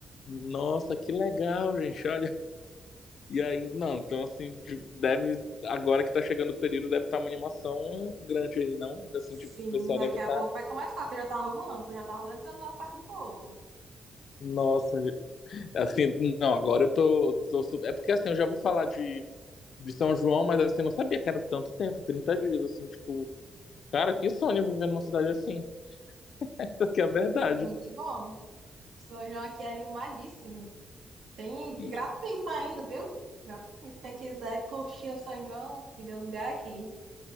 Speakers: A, on the left; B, on the right.
A: Nossa, que legal, gente, olha. E aí, não, então assim, de- deve, agora que tá chegando o período, deve estar uma animação grande aí, não? Assim, tipo,
B: Sim,
A: o pessoal
B: daqui
A: deve estar,
B: a pouco vai começar, porque eu já tá arrumando, porque eu já tá organizando lá o Parque do Povo.
A: nossa, gente. assim, não, agora eu tô, tô, su- é porque assim, eu já ouvi falar de São João, mas assim, eu não sabia que era tanto tempo, 30 dias, assim, tipo, cara, que sonho viver numa cidade assim, <laughs> que é a verdade.
B: É muito bom. O São João aqui é animadíssimo. Tem e
A: E,
B: gratuito ainda, viu? Gratuito. Quem quiser curtir o São João, fica o lugar aqui.